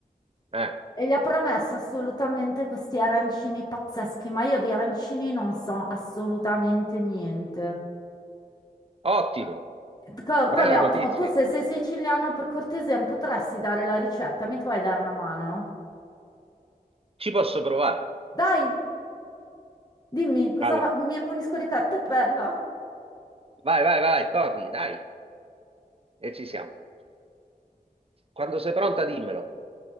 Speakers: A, on the right; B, on the left.
A: Eh,
B: e gli ha promesso assolutamente questi arancini pazzeschi, ma io di arancini non so assolutamente niente.
A: ottimo,
B: Co-
A: bella
B: Come
A: notizia.
B: ottimo, tu se sei siciliano, per cortesia, mi potresti dare la ricetta, mi puoi dare una mano?
A: Ci posso provare.
B: Dai, dimmi, cosa
A: Allora,
B: fa? Mi ammonisco di cartapella.
A: vai, vai, vai, corri, dai, e ci siamo. Quando sei pronta, dimmelo.